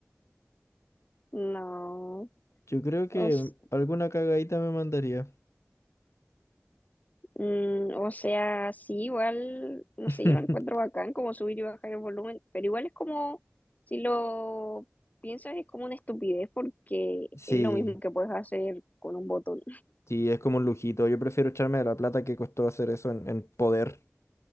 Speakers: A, on the left (about 35°); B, on the left (about 70°).
A: No.
B: Yo creo que
A: O, s-
B: alguna cagadita me mandaría.
A: mm, o sea, sí, igual, no
B: <laughs>
A: sé, yo lo encuentro bacán como subir y bajar el volumen, pero igual es como, si lo piensas, es como una estupidez porque
B: Sí,
A: es lo mismo que puedes hacer con un botón.
B: sí, es como un lujito. Yo prefiero echarme de la plata que costó hacer eso en, en poder